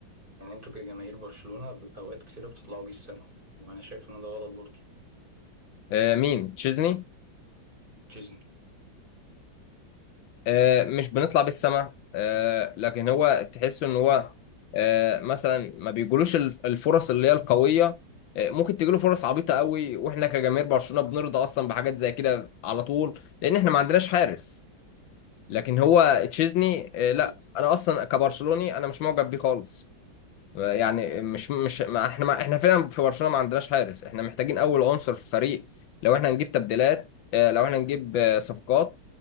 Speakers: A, on the right; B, on the left.
A: يعني انتوا كجماهير برشلونة ب- اوقات كثيرة بتطلعوا بيه السما وانا شايف ان ده غلط برضه
B: آه مين تشيزني
A: تشيزني
B: آه مش بنطلع بالسما آه لكن هو تحس ان هو آه مثلا ما بيجولوش الف- الفرص اللي هي القويه آه ممكن تجيله فرص عبيطه قوي واحنا كجماهير برشلونه بنرضى اصلا بحاجات زي كده على طول لان احنا ما عندناش حارس لكن هو تشيزني آه، لا
A: ايوه
B: انا اصلا كبرشلوني انا مش معجب بيه خالص آه، يعني مش مش ما احنا ما احنا فعلا في برشلونة ما عندناش حارس احنا محتاجين اول عنصر في الفريق لو احنا هنجيب تبديلات آه، لو احنا هنجيب آه، صفقات